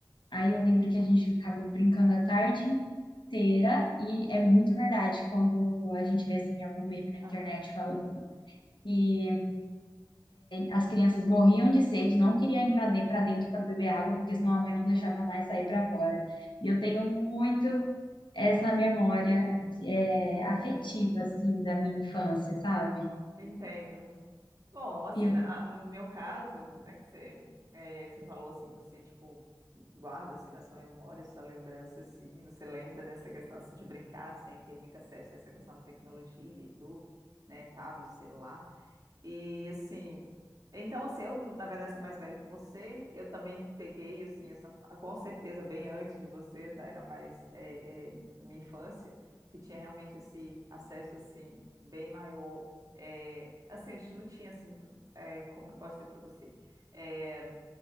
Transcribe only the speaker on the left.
Aí eu lembro que a gente ficava brincando a tarde inteira, e é muito verdade quando a gente vê, assim, algum meme na internet
falando que as crianças morriam de sede, não queriam entrar de, para dentro para beber água, porque senão a mãe não deixava mais sair para fora. E eu tenho muito essa memória, é, afetiva, assim, da minha infância, sabe?
E